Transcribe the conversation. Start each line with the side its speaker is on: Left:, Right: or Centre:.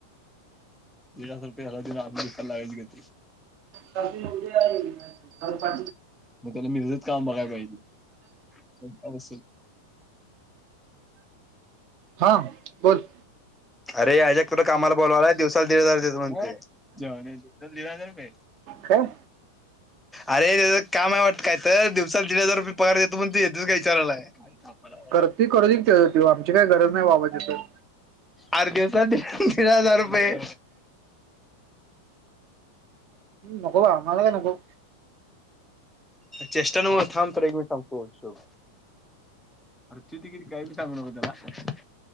Centre: द रुपे हज आप लागायची गती
Right: पा
Centre: मग त्याला मीरजत काम बघायला पाहिजेल. <unintelligible>
Right: हा बोल
Centre: अरे अजक तुला कामाला बोलवालाय दिवसाला दीड हजार देतात म्हण, दीड हजार रुपये
Right: काय?
Centre: अरे तेजं काम आहे वाट काय तर, दिवसात दीड हजार रुपये पगार देतो म्हणायलायज्ञतू येतोस काय विचारालाय.
Right: करती करू आमची काही गरज नाही बाबा तिथं
Centre: अरे देतात ते दीड हजार रुपये.
Right: नको बा आमाला काय नको.
Centre: चेष्टेन नवं थांम तुला एक मिनिट सांगतो. अर तु तरी काय बी सांगु नको त्याला.